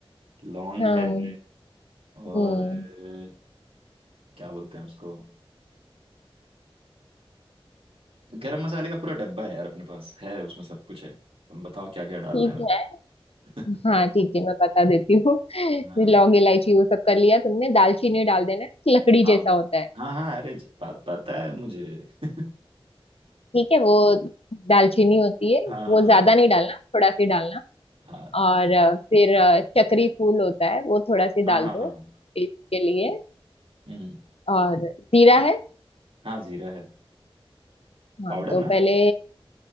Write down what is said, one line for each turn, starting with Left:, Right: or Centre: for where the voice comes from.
Right: लौंग
Left: हाँ
Right: है और
Left: हम्म
Right: अ, क्या बोलते हैं उसको गरम मसाले का पूरा डब्बा है यार अपने पास है उसमें सब कुछ है तुम बताओ क्या क्या डालना
Left: ठीक
Right: है
Left: है
Right: <laughs>
Left: हाँ ठीक है मैं बता देती हूँ <laughs> ये
Right: हाँ
Left: लौंग इलायची वो सब कर लिया तुमने दालचीनी डाल देना लकड़ी
Right: हाँ
Left: जैसा
Right: ओके
Left: होता है
Right: हाँ हाँ अरे ज- बात पता है मुझे <laughs>
Left: ठीक है वो दालचीनी होती है
Right: हाँ
Left: वो ज्यादा
Right: हाँ
Left: नहीं डालना थोड़ा सी डालना
Right: हाँ
Left: और अ, फिर अ, चक्री फूल होता है वो थोड़ा सी
Right: हाँ
Left: डाल
Right: हाँ
Left: दो
Right: हाँ हाँ,
Left: टेस्ट के लिए
Right: हम्म
Left: और जीरा है
Right: हाँ जीरा है
Left: हाँ
Right: पाउडर
Left: तो
Right: ना
Left: पहले